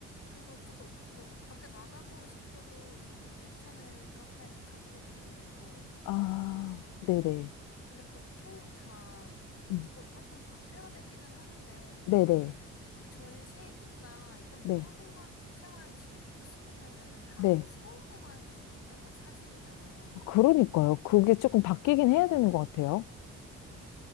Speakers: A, on the left; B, on the left.
A: 그래서 조금 뭐 밖에 나가고 싶어도 약간 뭐 괜찮은 카페를 찾기도 힘들고.
B: 아, 네네.
A: 근데 보통 다
B: 음,
A: 뭐 이런 건 바뀌어야 되기는 하는데 보통
B: 네네.
A: 막 전시나 이런
B: 네.
A: 문화 생활, 생활을 즐기고 싶으면은 다
B: 네.
A: 서울에만 있는 건 사실이잖아요.
B: 어, 그러니까요. 그게 조금 바뀌긴
A: 네.
B: 해야 되는 것 같아요.
A: 네.